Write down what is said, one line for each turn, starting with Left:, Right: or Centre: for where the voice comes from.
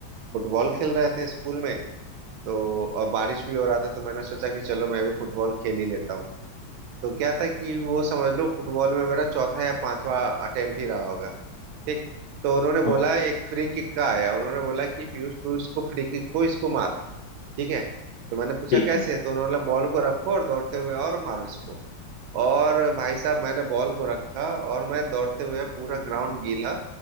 Right: फुटबॉल खेल रहे थे स्कूल में तो और बारिश भी हो रहा था तो मैंने सोचा कि चलो मैं भी फुटबॉल खेल ही लेता हूँ तो क्या था कि वो समझ लो फुटबॉल में मेरा चौथा या पांचवा अटेम्प्ट ही रहा होगा ठीक तो उन्होंने बोला
Left: ओ,
Right: एक फ्री किक का आया उन्होंने बोला कि पीयूष तू इसको फ्री किक को इसको मार ठीक है तो मैंने पूछा
Left: ठीक
Right: कैसे
Left: है
Right: तो उन्होंने बोला बॉल को रखो और दौड़ते हुए और मारो इसको और भाई साहब मैंने बॉल को रखा और मैं दौड़ते हुए पूरा ग्राउंड गीला